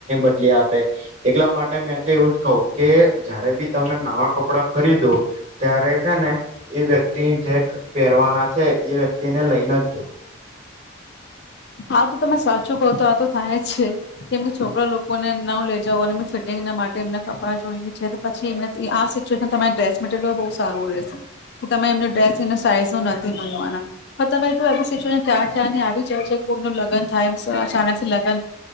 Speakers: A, on the right; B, on the left.
A: બદલી આપે એટલા માટે મેં એવું જ કહ કે જયારે બી તમે નવા કપડાં ખરીદો ત્યારે છે ને એ વ્યક્તિ જે પહેરવાના છે એ વ્યક્તિને લઈને જ જવું
B: હા તો તમે સાચું કહ તો આ તો થાય જ છે કેમ કે છોકરા લોકોને ના લે જાવઓ અને એ ફિટિંગના માટે એમને કપડાં જોઈને છે પછી એમને આ સિચ્યુએશન તમારી ડ્રેસ મટરિયલ બહુ સારું રહેશે કે તમે એમની ડ્રેસ એને સાઈઝ ન નથી મળનવાના પણ તમે એ સિચ્યુએશન ક્યાં થયાં આવી જ કોઈનું લગ્ન થાય એ અચાનક લગ્ન